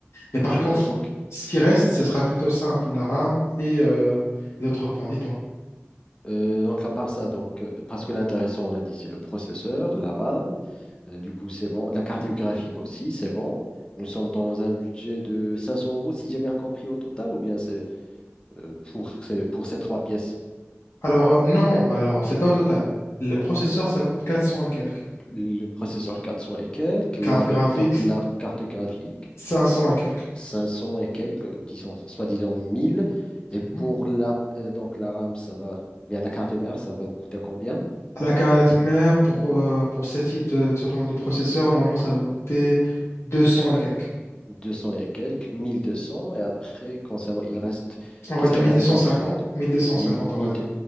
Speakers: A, on the left; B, on the left.
A: Mais par
B: je
A: contre,
B: vois. Donc,
A: ce qui reste, ce sera plutôt simple, la RAM et euh, les autres points. Dites-moi.
B: euh, donc à part ça, donc, euh, parce que l'intéressant, on a dit, c'est le processeur, la RAM, euh, du coup, c'est bon. La carte graphique aussi, c'est bon. Nous sommes dans un budget de 500 euros, si j'ai bien compris, au total, ou bien c'est euh, pour, ces- pour ces trois pièces?
A: Alors, euh, non, non, alors, c'est pas au total. Le processeur, ça coûte 400 et quelques.
B: le processeur 400 et quelques, l'art-
A: Carte graphique,
B: donc l'art cartographique
A: 500 et quelques.
B: 500 et quelques, disons, soi-disant 1000. Et
A: Mhm.
B: pour la, euh, donc la RAM, ça va, bien la carte mère, ça va nous coûter combien?
A: La carte mère, pour, euh, pour ce type de, tout simplement de processeur, normalement, ça va coûter 200 et quelques.
B: 200 et quelques, 1200. Et après, concernant, il reste,
A: On
B: qu'est-ce
A: va dire
B: qu'il
A: 1250,
B: reste après? de-
A: 1250,
B: 1000, 1000,
A: on va dire.